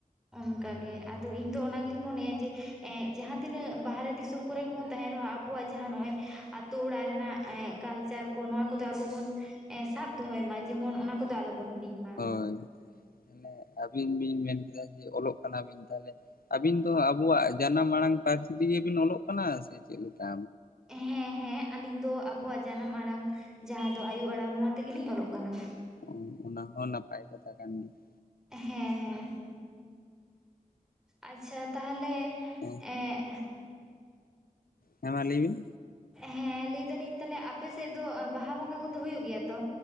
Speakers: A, in the centre; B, on the left.
A: ᱚᱱᱠᱟ ᱜᱮ ᱟᱫᱚ ᱤᱧ ᱫᱚ ᱚᱱᱟᱜᱮ ᱤᱧ ᱢᱚᱱᱮᱭᱟ ᱡᱮ ᱡᱟᱦᱟᱸ ᱛᱤᱱᱟᱹᱜ ᱵᱟᱦᱨᱮ ᱫᱤᱥᱚᱢ ᱠᱚᱨᱮ ᱜᱮᱵᱚᱱ ᱛᱟᱦᱮᱱ ᱨᱮᱦᱚᱸ ᱟᱵᱚᱣᱟᱜ ᱡᱟᱦᱟᱸ ᱱᱚᱜᱼᱚᱭ ᱟᱹᱛᱩ ᱚᱲᱟᱜ ᱨᱮᱱᱟᱜ ᱮᱸ ᱠᱟᱞᱪᱟᱨ ᱠᱚ ᱱᱚᱣᱟ ᱠᱚᱫᱚ ᱟᱵᱚ ᱵᱚᱱ ᱮᱸ ᱥᱟᱵ ᱫᱚᱦᱚᱭ ᱢᱟ ᱡᱮᱢᱚᱱ ᱚᱱᱟ ᱠᱚᱫᱚ ᱟᱞᱚᱵᱚᱱ ᱦᱤᱲᱤᱧ ᱢᱟ
B: ᱦᱳᱭ ᱛᱟᱦᱮ ᱟᱵᱤᱱ ᱵᱤᱱ ᱢᱮᱱ ᱠᱮᱫᱟ ᱡᱮ ᱚᱞᱚᱜ ᱠᱟᱱᱟ ᱵᱤᱱ ᱛᱟᱦᱚᱞᱮ ᱟᱹᱵᱤᱱ ᱫᱚ ᱟᱵᱚᱣᱟᱜ ᱡᱟᱱᱟᱢ ᱟᱲᱟᱝ ᱯᱟᱹᱨᱥᱤ ᱛᱮᱜᱮ ᱵᱤᱱ ᱚᱞᱚᱜ ᱠᱟᱱᱟ ᱥᱮ ᱪᱮᱫᱮᱠᱟ?
A: ᱦᱮᱸ ᱦᱮᱸ ᱟᱞᱤᱧ ᱫᱚ ᱟᱵᱚᱣᱟᱜ ᱡᱟᱱᱟᱢ ᱟᱲᱟᱝ ᱡᱟᱦᱟᱸ ᱫᱚ ᱟᱭᱩ ᱟᱲᱟᱝ ᱱᱚᱣᱟ ᱛᱮᱜᱮᱞᱤᱧ ᱚᱞᱚᱜ ᱠᱟᱱᱟ ᱾
B: ᱚ‌ ᱚᱱᱟ ᱦᱚᱸ ᱱᱟᱯᱟᱭ ᱠᱟᱛᱷᱟ ᱠᱟᱱ ᱜᱮ ᱾
A: ᱦᱮᱸ ᱦᱮᱸ ᱟᱪᱪᱷᱟ ᱛᱟᱦᱚᱞᱮ
B: ᱦᱮᱸ
A: ᱮᱸ
B: ᱦᱮᱸ ᱢᱟ ᱞᱟᱹᱭ ᱵᱤᱱ
A: ᱦᱮᱸ ᱞᱟᱹᱭ ᱫᱟᱞᱤᱧ ᱛᱟᱦᱚᱞᱮ ᱟᱯᱮᱥᱮᱫ ᱫᱚ ᱵᱟᱦᱟ ᱵᱚᱸᱜᱟ ᱠᱚᱫᱚ ᱦᱩᱭᱩᱜ ᱜᱮᱭᱟ ᱛᱚ?